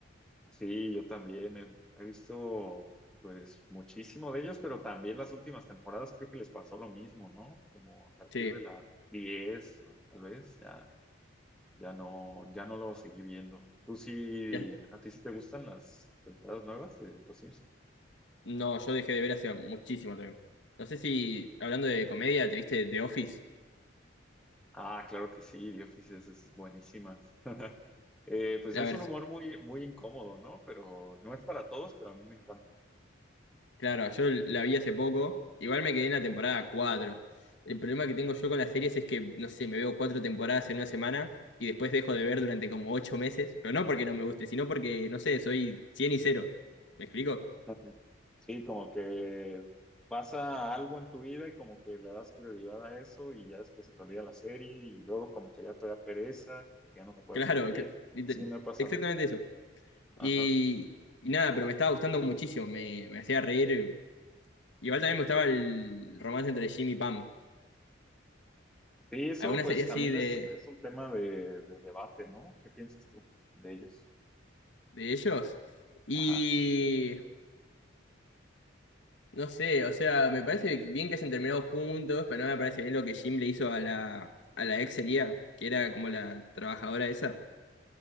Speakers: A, in the centre; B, on the left (about 65°).
A: Sí, yo también he, he visto pues muchísimo de ellos, pero también las últimas temporadas creo que les pasó lo mismo, ¿no? Como a partir
B: Sí.
A: de la 10 o tal vez ya ya no ya no lo seguí viendo. ¿Tú sí
B: Ya-
A: a ti sí te gustan las temporadas nuevas de Los Simpsons?
B: no, yo dejé de ver hace muchísimo también. No sé si, hablando de comedia, ¿te viste The Office?
A: Ah, claro que sí, The Office es, es buenísima. <laughs> Eh, pues
B: La
A: es
B: vers-
A: un humor muy muy incómodo, ¿no? Pero no es para todos, pero a mí me encanta.
B: claro, yo la vi hace poco. Igual me quedé en la temporada cuatro El problema que tengo yo con las series es que, no sé, me veo cuatro temporadas en una semana y después dejo de ver durante como ocho meses. Pero no porque no me guste, sino porque, no sé, soy 100 y cero. ¿Me explico?
A: Ujú. Sí, como que pasa algo en tu vida y como que le das prioridad a eso y ya después se te olvida la serie y luego como que ya te da pereza, como que ya no te acuerdas
B: Claro,
A: tan bien.
B: que- lite-
A: Sí, me ha pasado.
B: exactamente eso.
A: Ajá.
B: Y, y nada, pero me estaba gustando muchísimo, me, me hacía reír. Igual también me gustaba el romance entre Jim y Pam.
A: Y eso
B: Alguna
A: pues
B: serie así
A: también
B: de,
A: es, es un tema de, de debate, ¿no? ¿Qué piensas tú de ellos?
B: de ellos. Y
A: Ajá.
B: no sé, o sea, me parece bien que hayan terminado juntos, pero no me parece bien lo que Jim le hizo a la, a la ex sería, que era como la trabajadora esa.